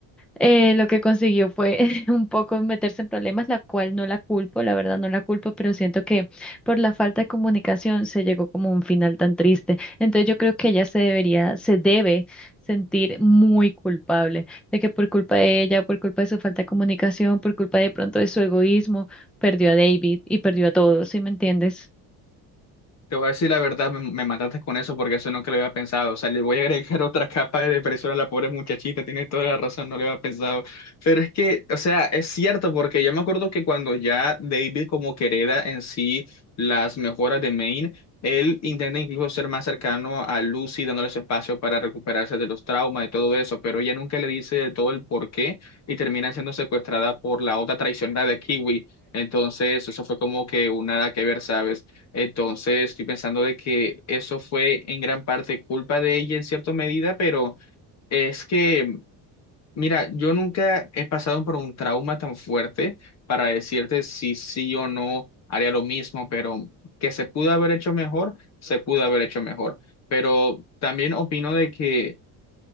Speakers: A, in the centre; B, on the left (about 40°).
A: eh, lo que consiguió fue <laughs> un poco meterse en problemas, la cual no la culpo, la verdad no la culpo, pero siento que por la falta de comunicación se llegó como a un final tan triste. Entonces yo creo que ella se debería, se debe sentir muy culpable de que por culpa de ella, por culpa de su falta de comunicación, por culpa de pronto de su egoísmo, perdió a David y perdió a todos, ¿sí me entiendes?
B: Te voy a decir la verdad, me, me mataste con eso porque eso nunca lo había pensado. O sea, le voy a agregar <laughs> otra capa de depresión a la pobre muchachita, tiene toda la razón, no lo había pensado. Pero es que, o sea, es cierto porque ya me acuerdo que cuando ya David como que hereda en sí las mejoras de Maine, él intenta incluso ser más cercano a Lucy, dándole su espacio para recuperarse de los traumas y todo eso, pero ella nunca le dice de todo el por qué y termina siendo secuestrada por la otra traicionera de Kiwi. Entonces, eso fue como que un nada que ver, ¿sabes? Entonces, estoy pensando de que eso fue en gran parte culpa de ella en cierta medida, pero es que, mira, yo nunca he pasado por un trauma tan fuerte para decirte si sí o no haría lo mismo, pero que se pudo haber hecho mejor, se pudo haber hecho mejor. Pero también opino de que